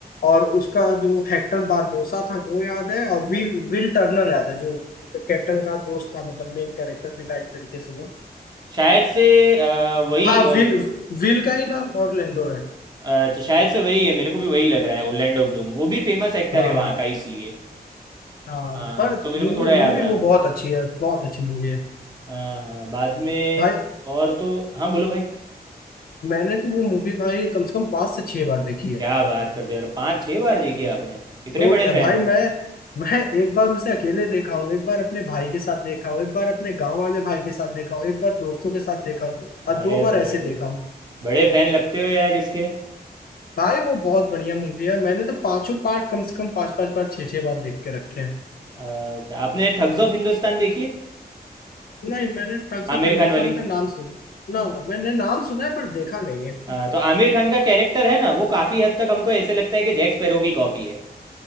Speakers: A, on the left; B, on the right.
A: और उसका जो हेक्टर बारबोसा था वो याद है और विल विल टर्नर याद है जो कैप्टन का दोस्त था मतलब मेन कैरेक्टर भी था एक तरीके से वो
B: शायद से अ, वही
A: हाँ
B: अ,
A: विल विल का ही नाम ऑरलैंडो है
B: अच्छा शायद से वही है मेरे को भी वही लग रहा है ओरलैंडो ब्लूम वो भी फेमस एक्टर
A: हाँ
B: है वहाँ का इसलिए
A: हाँ
B: हाँ
A: पर
B: तो मेरे
A: मूवी
B: को थोड़ा याद
A: मूवी
B: रहा
A: वो बहुत अच्छी है बहुत अच्छी मूवी है
B: हाँ हाँ बाद में
A: भाई
B: और तो हाँ बोलो भाई
A: मैंने तो वो मूवी भाई कम से कम पांच से छह बार देखी है
B: क्या बात करते हो यार पाँच छः बार देखी है आपने इतने
A: तो
B: बड़े
A: क्या
B: फ़ैन
A: भाई
B: हो
A: मैं मैं एक बार उसे अकेले देखा हूँ एक बार अपने भाई के साथ देखा हूँ एक बार अपने गांव वाले भाई के साथ देखा हूँ एक बार दोस्तों के साथ देखा हूँ और
B: अरे
A: दो बार
B: भाई
A: ऐसे देखा हूँ
B: बड़े फ़ैन लगते हो यार इसके
A: भाई वो बहुत बढ़िया मूवी है मैंने तो पांचों पार्ट कम से कम पांच पांच बार छह छह बार देख के रखे हैं
B: अच्छा आपने ठग्स ऑफ हिंदुस्तान देखी है
A: नहीं मैंने ठग्स
B: आमिर
A: ऑफ हिंदुस्तान
B: खान वाली
A: का नाम सुना ना ना मैंने नाम सुना है पर देखा नहीं है
B: हाँ तो आमिर खान का कैरेक्टर है ना वो काफ़ी हद तक हमको ऐसे लगता है कि जैक स्पैरो की कॉपी है